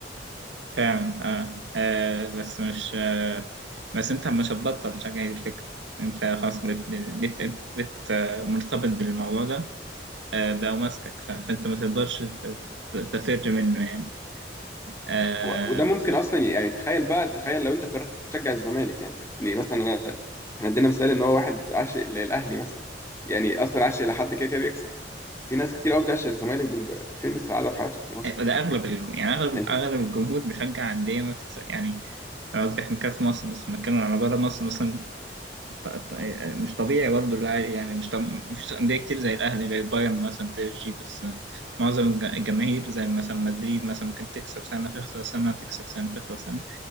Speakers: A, on the right (about 85°); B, on the left (about 15°).
A: فعلا آه. آه. بس مش آه. بس انت مش هتبطل شجع دي الفكرة انت خلاص بت, بت... بت... بت... آه، مرتبط بالموضوع ده آه. بقى ماسكك ف... فانت ما تقدرش ت... ت- تفر منه يعني آه.
B: هو وده ممكن
A: ف...
B: اصلا يعني تخيل بقى تخيل لو انت قررت تشجع الزمالك يعني تخ- يعني مثلا انا احنا ادينا مثال ان هو واحد عاشق للاهلي مثلا يعني اصلا عاشق لحد كده كده بيكسب في ناس كتير قوي بتعشق الزمالك دول بقى فين السعاده في حياتهم اصلا
A: ده اغلب ال... يعني اغلب
B: يعني
A: اغلب الجمهور بيشجع انديه ما بتكسب يعني أنا قصدي احنا بنتكلم في مصر بس بنتكلم على بره مصر مثلا ط- ط- مش طبيعي برضه اللاعب يعني مش طب... مفيش أندية كتير زي الأهلي غير بايرن مثلا بي اس جي بس معظم الج- الجماهير زي مثلا مدريد مثلا ممكن تكسب سنة تخسر سنة تكسب سنة تخسر سنة